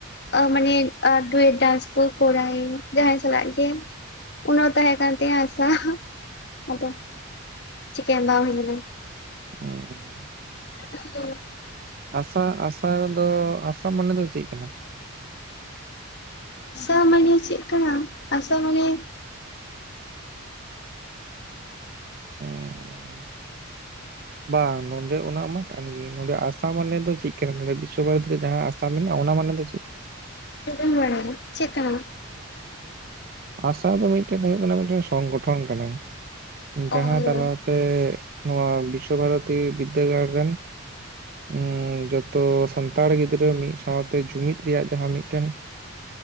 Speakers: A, on the left; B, on the right.
A: ᱢᱟᱱᱮ ᱟᱫᱳ ᱰᱟᱱᱥ ᱠᱚᱨᱟᱣ ᱤᱧ ᱡᱟᱦᱟᱸᱟᱭ ᱥᱟᱞᱟᱜ ᱜᱮ ᱩᱱᱟᱹ ᱛᱟᱦᱮᱸ ᱠᱟᱱ ᱛᱤᱧᱟᱹ ᱟᱥᱟ, ᱟᱫᱚ ᱪᱤᱠᱮᱱ ᱵᱟᱝ ᱦᱩᱭᱞᱮᱱᱟ
B: ᱦᱮᱸ
A: <inaudible>
B: ᱟᱥᱟ ᱟᱥᱟ ᱨᱮᱫᱚ ᱟᱥᱟ ᱢᱟᱱᱮ ᱫᱚ ᱪᱮᱫ ᱠᱟᱱᱟ
A: ᱟ ᱢᱟᱱᱮ ᱪᱮᱫ ᱠᱟᱱᱟ ᱟᱥᱟ ᱢᱟᱱᱮ <inaudible>
B: ᱩᱸ ᱵᱟᱝ ᱱᱚᱰᱮ ᱚᱱᱟ ᱢᱟ ᱠᱟᱱ ᱜᱮ ᱱᱚᱰᱮ ᱟᱥᱟᱢ ᱢᱟᱱᱮ ᱫᱚ ᱪᱮᱫ ᱠᱟᱱᱟ ᱱᱚᱰᱮ ᱵᱤᱥᱥᱚ ᱵᱷᱟᱨᱚᱛᱤ ᱨᱮ ᱡᱟᱦᱟᱸ ᱪᱟᱢᱤᱱ ᱚᱱᱟ ᱢᱟᱱᱮ ᱫᱚ ᱪᱮᱫ?
A: <unintelligible> ᱪᱮᱫ ᱠᱟᱱᱟ
B: ᱟᱥᱟ ᱫᱚ ᱢᱤᱫᱴᱮᱱ ᱦᱩᱭᱩᱜ ᱠᱟᱱᱟ ᱢᱤᱫᱴᱮᱱ ᱥᱚᱝᱜᱚᱴᱷᱚᱱ ᱠᱟᱱᱟ,
A: ᱚ
B: ᱡᱟᱦᱟᱸ
A: ᱦᱩᱸ
B: ᱛᱟᱞᱟ ᱮᱻ ᱱᱚᱣᱟ ᱵᱤᱥᱥᱚ ᱵᱷᱟᱨᱚᱛᱤ ᱵᱤᱫᱽᱫᱟᱹᱜᱟᱲ ᱨᱮᱱ ᱩᱸ ᱡᱚᱛᱚ ᱥᱟᱱᱛᱟᱲ ᱜᱤᱫᱽᱨᱟᱹ ᱢᱤᱫ ᱥᱟᱶᱛᱮ ᱡᱩᱢᱤᱫ ᱨᱮᱭᱟᱜ ᱡᱟᱦᱟᱸᱦᱟ ᱢᱤᱫᱴᱮᱱ